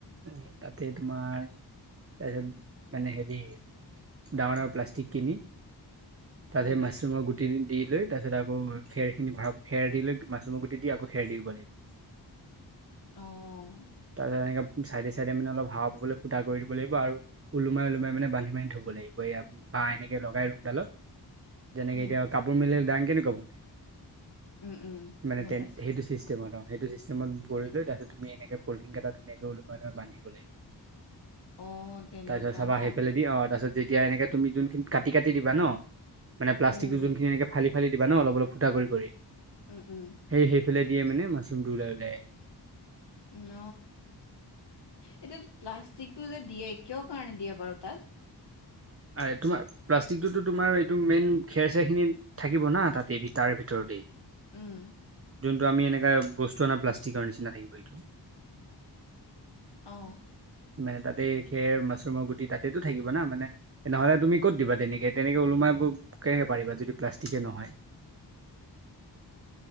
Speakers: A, on the right; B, on the left.
A: উম তাতে তোমাৰ- তাৰ পিছত মানে হেৰি ডাঙৰ ডাঙৰ প্লাষ্টিক কিনি- তাত
B: উম,
A: সে মাছৰুমৰ গুটি দি - লৈ তাৰ পিছত আকৌ খেৰ খিনি ভাল খেৰ দি লৈ মাছৰুমৰ গুটি দি আকৌ খেৰ দি দিব লাগিব। <unintelligible>
B: অঁ।
A: তাৰপিছত এনেকে চাইডে চাইডে মানে অলপ হাৱা বাবলৈ ফুটা কৰি দিব লাগিব আৰু ওলমাই ওলোমাই মানে বান্ধি বান্ধি থ'ব লাগিব ইয়া- <unintelligible> বা এনেকে লগাই ৰুমডালত-
B: <unintelligible>
A: যেনেকে
B: উম,
A: এতিয়া কাপোৰ মেলে দাং কেনেকুৱা বনাই
B: উম, উম,
A: মানে
B: গম
A: তে
B: পাইছো।
A: সেইটো চি। চিষ্টেমত অ, সেইটো ছিষ্টেমত কৰিলে তাৰপিছত- তুমি এনেকে পলথিং কেইটা ধুনীয়াকে ওলমাই লৈ বান্ধিব লাগিব।
B: অ', তেনেকুৱা
A: তাৰপিছত চাবা
B: ন?
A: আহি পেলাই দি অঁ তাৰপিছত- যেতিয়া এনেকে তুমি যোনখিনি কাটি কাটি দিবা ন মানে প্লাষ্টিক
B: উম, উম,
A: যোনখিনি এনেকে ফালি- ফালি দিবা ন অলপ অলপ ফুটা কৰি কৰি
B: উম, উম,
A: সেই সেই পেলাই দিয়ে মানে মাছৰুমটো ওলাই ওলাই আহে।
B: ন। এতিয়া প্লাষ্টিকটো যে দিয়ে কিয় কাৰণে দিয়ে বাৰু তাত?
A: আৰু তোমাৰ প্লাষ্টিকটোতো তোমাৰ এইটো মেইন খেৰ চেৰ খিনি থাকিব না তা এই তাৰ ভিতৰতেই।
B: উম।
A: যোনটো আমি এনেকা বস্তু আনা প্লাষ্টিকৰ নিচিনা থাকিব সেইটো
B: অ
A: মানে তাতে খেৰ মাছৰুমৰ গুটি তাতেটো থাকিব না মানে নহলে তুমি ক'ত দিবা তেনেকে তেনেকে ওলো মাইবব কেনেকে পাৰিবা যদি প্লাষ্টিকে নহয়
B: <unintelligible>